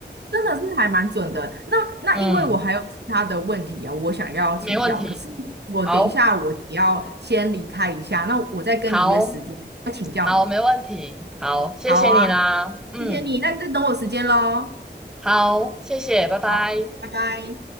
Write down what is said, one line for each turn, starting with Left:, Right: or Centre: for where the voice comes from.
Right: 真的是还蛮准的。那那因为我还有其他的问题啊，
Centre: 嗯，
Right: 我想要请教，
Centre: 没问题，
Right: 可是我等一下我得要先离开一下，
Centre: 好，
Right: 那我再跟你约时间再请教你。
Centre: 好，好，没问题，好，谢谢你啦，
Right: 好啊，
Centre: 嗯，
Right: 谢谢你，那你就等我时间喽。
Centre: 好，谢谢，拜拜。
Right: 好，拜拜。